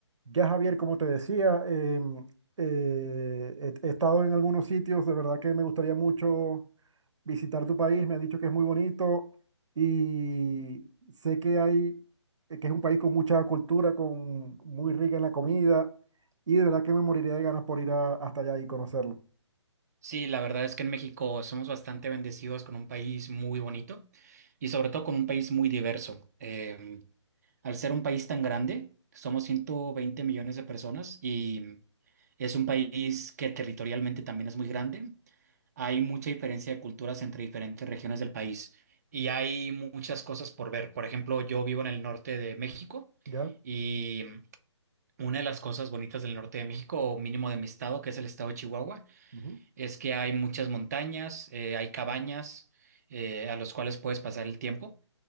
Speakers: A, on the right (about 75°); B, on the right (about 35°).
A: Ya Javier, como te decía, em, eh, he, he estado en algunos sitios, de verdad que me gustaría mucho visitar tu país, me han dicho que es muy bonito y sé que hay, eh, que es un país con mucha cultura, con muy rica en la comida y de verdad que me moriría de ganas por ir a- hasta allá y conocerlo.
B: Sí, la verdad es que en México somos bastante bendecidos con un país muy bonito y sobre todo con un país muy diverso. Eh, al ser un país tan grande, somos 120 millones de personas y es un país que territorialmente también es muy grande. Hay mucha diferencia de culturas entre diferentes regiones del país y hay muchas cosas por ver. Por ejemplo, yo vivo en el norte de México
A: ¿Ya?
B: y una de las cosas bonitas del norte de México, o mínimo de mi estado, que es el estado de Chihuahua,
A: Ujú,
B: es que hay muchas montañas, eh, hay cabañas eh, a los cuales puedes pasar el tiempo